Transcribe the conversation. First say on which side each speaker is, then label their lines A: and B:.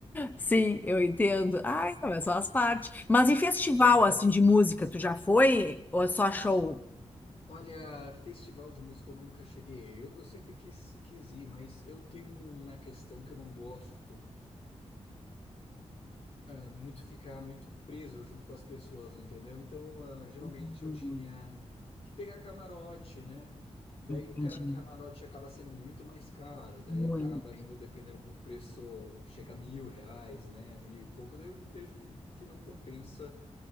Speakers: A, on the left; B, on the left.
A: Sim, eu entendo. Ai, não, mas só as partes. Mas e festival,
B: É.
A: assim, de música, tu já foi? Ou é só show?
B: Olha, festival de música eu nunca cheguei. Eu, eu sempre quis, quis ir, mas eu tenho uma questão que eu não gosto. ah, muito ficar muito preso junto com as pessoas, entendeu? Então, ah, geralmente
A: Hum,
B: eu tinha que pegar camarote, né? Daí
A: Entendi.
B: cara, camarote acaba sendo muito mais caro, daí
A: Muito.
B: acaba indo dependendo pro preço, chega a mil reais, né? Mil e pouco, daí eu vejo que não compensa